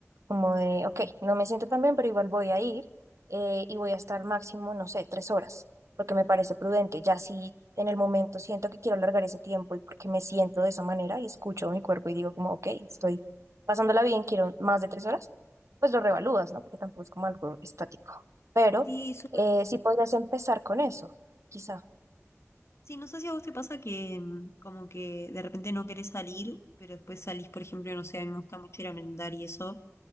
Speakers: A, on the right (about 70°); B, on the left (about 60°).
A: como de, ok, no me siento tan bien, pero igual voy a ir eh, y voy a estar máximo, no sé, tres horas, porque me parece prudente, ya si en el momento siento que quiero alargar ese tiempo y porque me siento de esa manera y escucho mi cuerpo y digo como, ok, estoy pasándola bien, quiero más de tres horas, pues lo revalúas, ¿no? Porque tampoco es como algo estático. Pero
B: Sí, súper.
A: eh, sí podrías empezar con eso, quizá.
B: Sí, no sé si a vos te pasa que mm, como que de repente no querés salir, pero después salís, por ejemplo, no sé, a mí me gusta mucho ir a merendar y eso